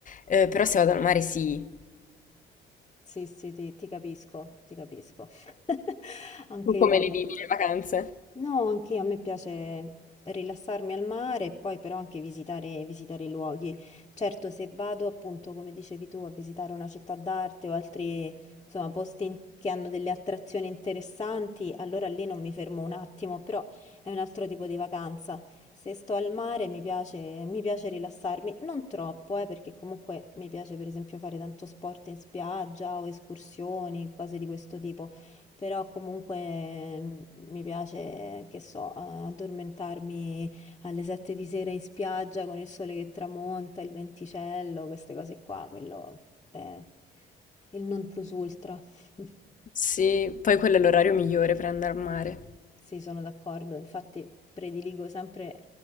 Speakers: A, on the left (about 40°); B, on the left (about 20°).
A: Eh, però se vado al mare, sì.
B: sì, sì, ti, ti capisco, ti capisco. <laughs> Anche
A: Tu come
B: io.
A: le vivi le vacanze?
B: No, anche a me piace rilassarmi al mare e poi però anche visitare, visitare i luoghi. Certo, se vado appunto, come dicevi tu, a visitare una città d'arte o altri, insomma, posti in- che hanno delle attrazioni interessanti, allora lì non mi fermo un attimo, però è un altro tipo di vacanza. Se sto al mare mi piace, mi piace rilassarmi, non troppo, eh, perché comunque mi piace per esempio fare tanto sport in spiaggia o escursioni, cose di questo tipo però comunque mm, mi piace, che so, addormentarmi alle 7 di sera in spiaggia con il sole che tramonta, il venticello, queste cose qua, quello è il non plus ultra. <laughs>
A: Sì, poi quello è l'orario migliore per andare al mare.
B: Sì, sono d'accordo. Infatti prediligo sempre